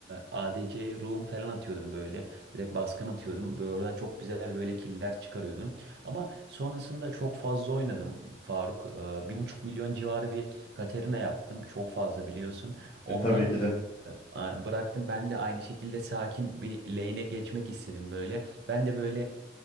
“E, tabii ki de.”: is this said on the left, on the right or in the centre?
Left